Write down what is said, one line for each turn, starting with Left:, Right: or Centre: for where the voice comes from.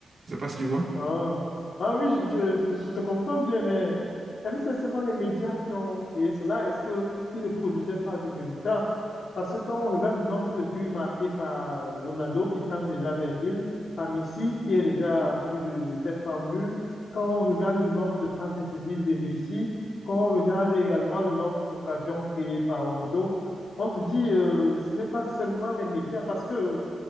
Right: Je ne sais pas si tu vois.
Left: Ah, ah oui, je, je, je te comprends bien, mais est-ce que c'est seulement les médias qui ont créé cela? Est-ce que ils ne produisaient pas du résultat? Parce que quand on regarde le nombre de buts marqués par Ronaldo, qui tente déjà vers 1000, par Messi, qui est déjà à plus de 700 buts, quand on regarde le nombre de passes décisives de Messi, quand on regarde également le nombre d'occasions créées par Ronaldo, on se dit, euh, ce n'est pas seulement les médias, parce que